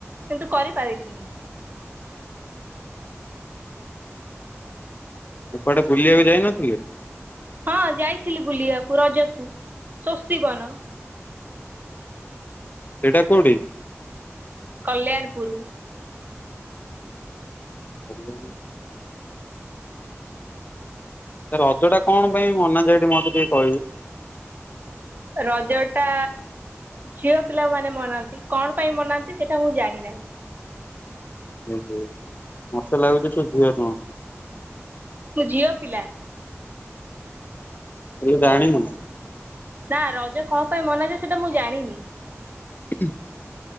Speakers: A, on the right; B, on the left.
A: କିନ୍ତୁ କରିପାରିଲିନି।
B: ଏପଟେ ବୁଲିବାକୁ ଯାଇନଥିଲେ।
A: ହଁ ଯାଇଥିଲି ବୁଲିବାକୁ ରଜକୁ ସ୍ଵସ୍ତି ବନ।
B: ସେଇଟା କୋଉଠି?
A: କଲ୍ୟାଣପୁର।
B: <unintelligible> ରଜ ଟା କଣ ପାଇଁ ମନା ଯାଏମତେ ଟିକେ କହିବେ
A: ରଜଟା ଝିଅ ପିଲାମାନେ ମନାନ୍ତି କଣ ପାଇଁ ମନାନ୍ତି ସେଇଟା ମୁଁ ଜାଣିନାହିଁ।
B: ଏ ହୋ ମତେ ଲାଗୁଚି ତୁ ଭୁହେ ଟଙ୍କା।
A: ମୁଁ ଝିଅ ପିଲା।
B: ହେଲେ ଜାଣିନୁ।
A: ନା ରଜ କଣ ପାଇଁ ମନାଯାଏ ସେଟା ମୁଁ ଜାଣିନି।
B: ହ <unintelligible>